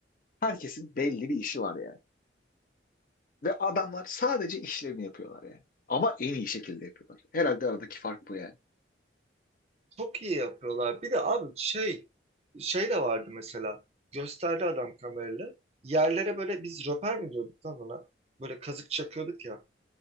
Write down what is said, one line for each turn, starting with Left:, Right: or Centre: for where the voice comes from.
Left: Herkesin belli bir işi var yani. Ve adamlar sadece işlerini yapıyorlar yani. Ama en iyi şekilde yapıyorlar. Herhalde aradaki fark bu yani.
Right: Çok iyi yapıyorlar. Bir de abi şey şey de vardı mesela. Gösterdi adam kamerayla. Yerlere böyle biz röper mi diyorduk lan ona? Böyle kazık çakıyorduk ya.